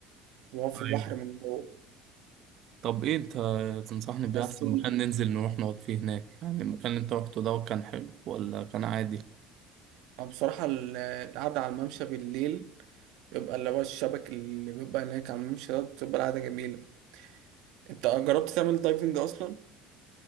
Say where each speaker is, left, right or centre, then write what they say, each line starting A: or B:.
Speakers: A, on the right (about 75°); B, on the right (about 50°).
A: وهو في
B: ايوه
A: البحر من جوه
B: طب ايه انت تنصحني بيه
A: بس
B: احسن
A: ال-
B: مكان ننزل نروح نقعد فيه هناك يعني المكان اللي انت روحته ده كان حلو ولا كان عادي
A: آه، بصراحة ال- القعدة على الممشى بالليل بيبقى اللي هو الشبك اللي بيبقى هناك على الممشى ده بتبقى القعدة جميلة انت جربت تعمل دايفنج اصلا